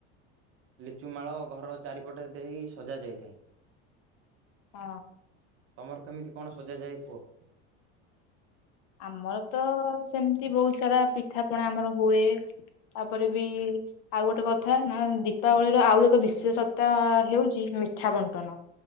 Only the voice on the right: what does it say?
ଲିଚୁ ମାଳ ଘର ଚାରିପଟେ ଦେଇ ସଜା ଯାଇଥାଏ।
ତମର କେମିତି କଣ ସଜାାଯାଏ କୁହ?